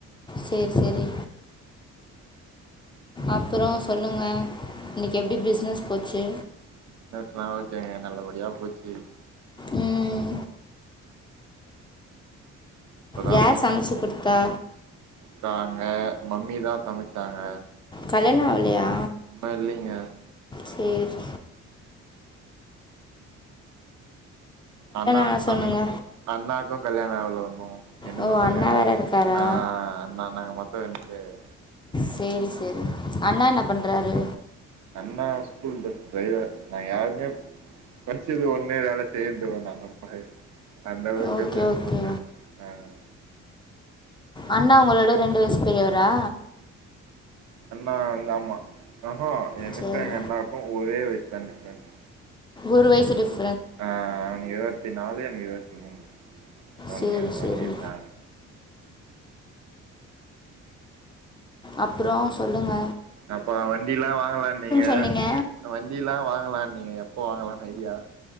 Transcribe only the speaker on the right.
பிஸ்னஸ்லா ஓகேங்க நல்லபடியா போச்சு
இப்பதா
க்காங்க மம்மிதா சமச்சாங்க
இன்னு இல்லைங்க
அண்ணா
அண் அண்ணாக்கு கல்யாண ஆவ்ல ஒன்னு எனக்கு
கல்யாண
ஆவ்
ஆஹ் அண்ணா நாங்க மொத்த தேவயா
அண்ணா ஸ்கூல் பஸ் டிரைவர் நாங்க யாருமே படிச்சது ஒன்னு வேல செய்யற்தொன்னு அந்த மாரி அந்த அளவுக்கு
எதுவு இது
பண்ல ஆஹ்
அண்ணா இந்த ஆமா ஆஹா எனக்கு
எங்க அண்ணாக்கு ஒரே வயசு தா டிஃப் ரண்ட்
ஆஹ் அவனுக்கு இருவத்தி நாலு எனக்கு இருவத் உம் ஒன்னு
ஒன்னுதா
அப்ப வண்டிலா வாங்கலா நீங்க
வண்டிலா வாங்கலா நீங்க எப்ப வாங்கலானு ஐடியா